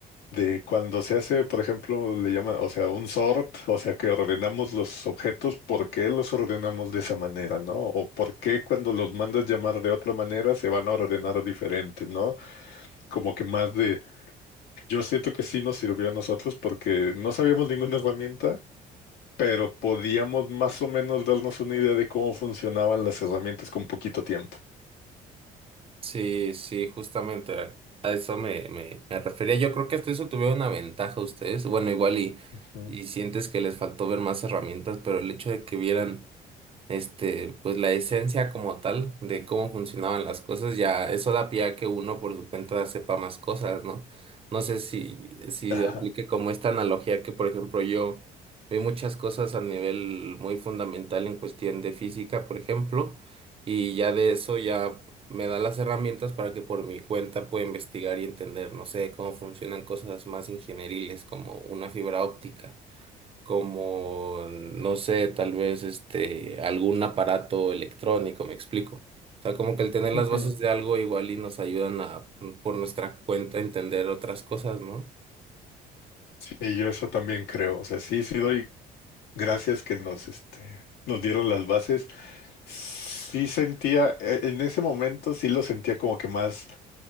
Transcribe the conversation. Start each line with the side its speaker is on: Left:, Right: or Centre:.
Left: de cuando se hace, por ejemplo, le llama, o sea, un sort, o sea, que ordenamos los objetos, ¿por qué los ordenamos de esa manera, no? O por qué cuando los mandas llamar de otra manera se van a ordenar diferente, ¿no? Como que más de, yo siento que sí nos sirvió a nosotros porque no sabíamos ninguna herramienta. pero podíamos más o menos darnos una idea de cómo funcionaban las herramientas con poquito tiempo.
Right: Sí, sí, justamente a eso me, me, me refería. Yo creo que hasta eso tuvieron una ventaja ustedes. Bueno, igual y,
Left: Ujú.
Right: y sientes que les faltó ver más herramientas, pero el hecho de que vieran este, pues la esencia como tal de cómo funcionaban las cosas, ya eso da pie a que uno por su cuenta sepa más cosas, ¿no? No sé si, si
Left: Ajá.
Right: aplique como esta analogía que, por ejemplo, yo vi muchas cosas a nivel muy fundamental en cuestión de física, por ejemplo, y ya de eso ya me da las herramientas para que por mi cuenta pueda investigar y entender, no sé, cómo funcionan cosas más ingenieriles como una fibra óptica como, no sé, tal vez este, algún aparato electrónico, me explico. O sea, como que el tener
Left: Ujú.
Right: las bases de algo igual y nos ayudan a, por nuestra cuenta, entender otras cosas, ¿no?
Left: Sí, yo eso también creo. O sea, sí, sí doy Gracias que nos, este, nos dieron las bases. Sí sentía, e- en ese momento sí lo sentía como que más,